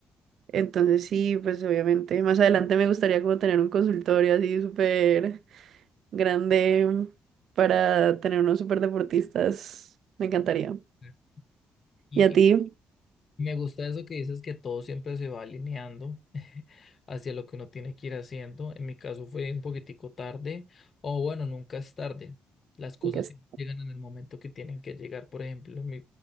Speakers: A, on the right; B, on the left.
A: Entonces sí, pues obviamente más adelante me gustaría como tener un consultorio así súper grande para tener unos súper deportistas. Me encantaría.
B: Sí. Y,
A: ¿Y a ti?
B: Me gusta eso que dices que todo siempre se va alineando <laughs> hacia lo que uno tiene que ir haciendo. En mi caso fue un poquitico tarde, o bueno, nunca es tarde. Las cosas
A: Me encanta.
B: siempre llegan en el momento que tienen que llegar. Por ejemplo, en mi,